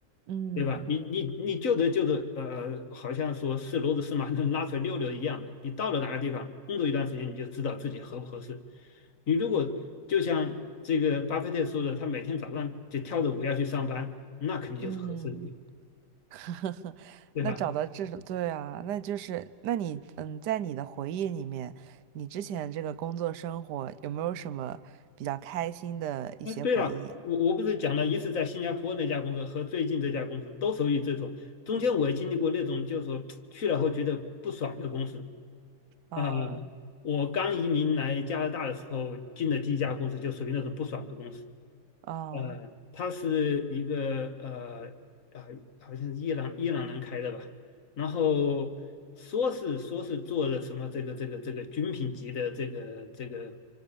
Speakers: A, on the right (about 60°); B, on the left (about 40°).
A: 嗯
B: 对吧？你你你就得就得，呃，好像说是骡子是马能拉出来溜溜一样的。你到了哪个地方工作一段时间，你就知道自己合不合适。你如果就像这个巴菲特说的，他每天早上就跳着舞要去上班，那肯定就是合适的地方
A: 嗯。<laughs>
B: 对吧？
A: 那找到这种，对啊，那就是，那你，嗯，在你的回忆里面，你之前这个工作生活有没有什么比较开心的一些回忆啊？
B: 哎，对了，我我不是讲了一次在新加坡那家公司和最近这家公司都属于这种，中间我也经历过那种，就是说去了后觉得不爽的公司，
A: 啊
B: 呃，我刚移民来加拿大的时候，进的第一家公司就属于那种不爽的公司。
A: 啊
B: 呃，它是一个呃啊、好像是伊朗伊朗人开的吧，然后说是说是做了什么这个这个这个军品级的这个这个